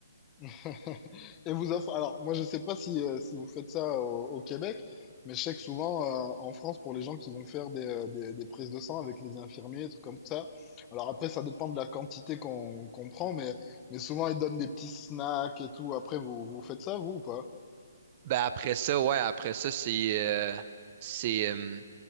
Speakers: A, on the left; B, on the right.
A: <laughs> Et vous offre, alors moi je sais pas si, euh, si vous faites ça au, au Québec, mais je sais que souvent euh, en France, pour les gens qui vont faire des, euh, des, des prises de sang avec les infirmiers, des trucs comme ça, alors après ça dépend de la quantité qu'on qu'on prend, mais, mais souvent ils donnent des petits snacks et tout. Après, vous, vous faites ça, vous ou pas?
B: Ben après ça, ouais, après ça, c'est euh, c'est euh,